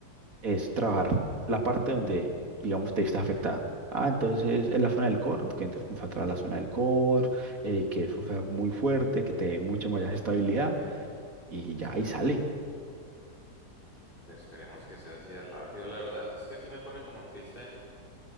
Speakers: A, on the right (about 55°); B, on the left (about 30°).
A: es trabajar la parte donde, digamos, te viste afectada. Ah, entonces es la zona del core, que entonces fue a trabajar la zona del core, eh, que eso sea muy fuerte, que te dé mucha más estabilidad y ya ahí sale.
B: Pues esperemos que sea así de rápido, la verdad. Es que sí me pone como triste.